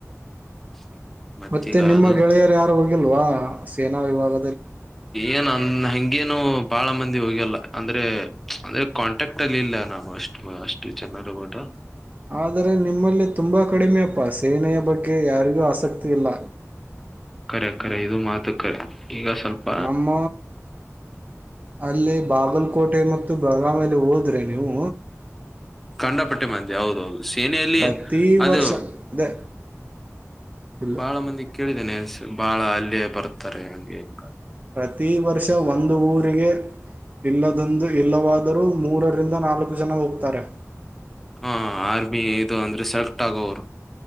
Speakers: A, in the centre; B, on the right.
A: <inaudible>
B: ಮತ್ತೆ ನಿಮ್ಮ
A: ಅದು
B: ಗೆಳೆಯರ್ ಯಾರು ಹೋಗಿಲ್ವಾ. ನಾ ವಿಭಾಗ
A: ಏನ್ ಅಂದ್ ಹೆಂ ಗೇನು ಬಾಳ ಮಂದಿ ಹೋಗೇಲ್ಲ ಅಂದ್ರೆ, ಅಂದ್ರೆ ಕಾಂಟ್ಯಾಕ್ಟ್ ಅಲ್ಲಿ ಇಲ್ಲ ನಾನು ಅಷ್ಟ್ ಅಷ್ಟು ಜನರಗೂಡ.
B: ಆದರೆ ನಿಮ್ಮಲ್ಲಿ ತುಂಬಾ ಕಡಿಮೆಯಪ್ಪ ಸೇನೆಯ ಬಗ್ಗೆ ಯಾರಿಗೂ ಆಸಕ್ತಿ ಇಲ್ಲ.
A: ಕರೆ ಕರೆ ಇದು ಮಾತು ಕರೆ. ಈಗ ಸ್ವಲ್ಪ
B: ನಮ್ಮ ಅಲ್ಲಿ ಬಾಗಲಕೋಟೆ ಮತ್ತು ಬೆಳಗಾವಿಯಲ್ಲಿ ಹೋದ್ರೆ ನೀವು
A: ಕಂಡ ಪಟ್ಟೆ ಮಂದಿ ಹೌದೌದು. ಸೇನೆಯಲ್ಲಿ
B: ಪ್ರತಿ
A: ಅದು
B: ವರ್ಷ ಅದೇ ಫುಲ್
A: ಬಾಳ ಮಂದಿ ಕೇಳಿ ನೆ ಬಾಳ ಅಲ್ಲೇ ಬರ್ತಾರೆ ಹಂಗೆ ಹಿಂಗ
B: ಪ್ರತಿ ವರ್ಷ ಒಂದು ಊರಿಗೆ <inaudible> ಇಲ್ಲದೊಂದು ಇಲ್ಲವಾ ದರು ಮೂರರಿಂದ ನಾಲ್ಕು ಜನ ಹೋಗ್ತಾರೆ.
A: ಹಾ ಆರ್ಮಿ ಇದು ಅಂದ್ರೆ ಸೆಲೆಕ್ಟ್ ಆಗೋರು.